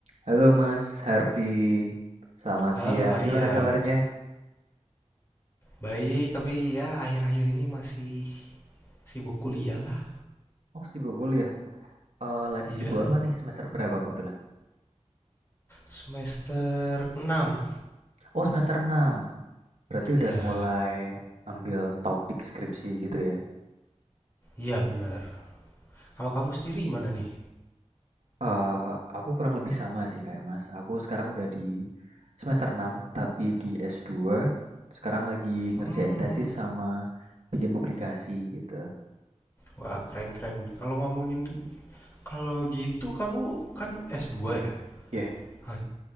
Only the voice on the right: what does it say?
Halo Mas Harvey, selamat
siang.
Gimana kabarnya?
Oh, sibuk kuliah. Eh, lagi
sibuk apa nih? Semester berapa kebetulan?
Oh, semester 6. Berarti
udah mulai ambil topik skripsi gitu ya.
Eh, aku kurang lebih sama sih kayak Mas. Aku sekarang udah di semester 6, tapi di s dua. Sekarang lagi
ngerjain tesis sama bikin publikasi gitu.
Ya, yeah.